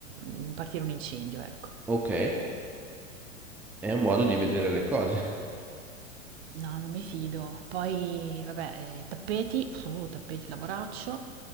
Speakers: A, on the right; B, in the centre.
A: mm, partire un incendio, ecco.
B: Ok, è un modo di vedere le cose.
A: No, non mi fido. Poi, vabbè, eh, i tappeti, uh, tappeti lavoraccio,